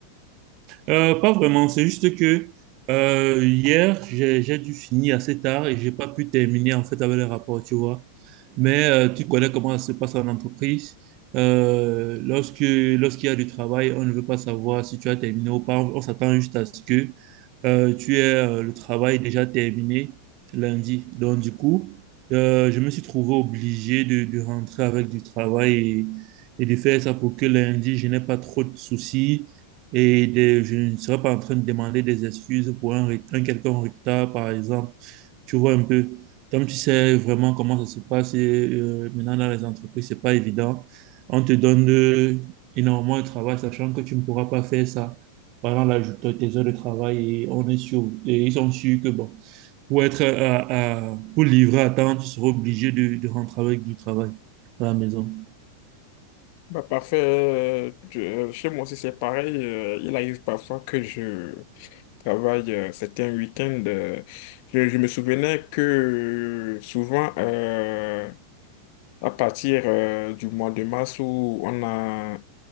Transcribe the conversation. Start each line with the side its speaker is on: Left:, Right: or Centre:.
Right: Euh, pas vraiment, c'est juste que euh, hier, j'ai, j'ai dû finir assez tard et j'ai pas pu terminer en fait avec les rapports, tu vois. Mais euh, tu connais comment ça se passe en entreprise. Euh, lorsque, lorsqu'il y a du travail, on ne veut pas savoir si tu as terminé ou pas. On, on s'attend juste à ce que euh, tu aies euh, le travail déjà terminé lundi. Donc, du coup, euh, je me suis trouvé obligé de, de rentrer avec du travail et, et de faire ça pour que lundi, je n'ai pas trop de soucis et des- je ne serais pas en train de demander des excuses pour un, re- un quelconque retard, par exemple. Tu vois un peu, comme tu sais vraiment comment ça se passe et, euh, maintenant dans les entreprises, c'est pas évident. On te donne euh, énormément de travail, sachant que tu ne pourras pas faire ça pendant la, tes heures de travail. Et on est sûr, et ils sont sûrs que bon, pour être à, à- pour livrer à temps, tu seras obligé de, de rentrer avec du travail à la maison.
Left: Bah, parfait. euh, tu- euh, chez moi aussi, c'est pareil. euh, il arrive parfois que je travaille euh, certains week-ends. euh, je, je me souvenais que souvent, euh, à partir euh, du mois de mars où on a euh,